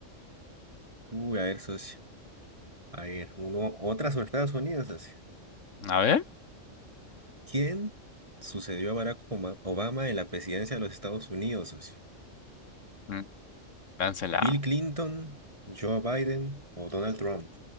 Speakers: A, on the right; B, on the left.
A: Uy, a ver, socio. A ver, uno, otra sobre Estados Unidos, socio.
B: A ver,
A: ¿Quién sucedió a Barack Oma- Obama en la presidencia de los Estados Unidos, socio?
B: mm, láncela.
A: ¿Bill Clinton, Joe Biden o Donald Trump?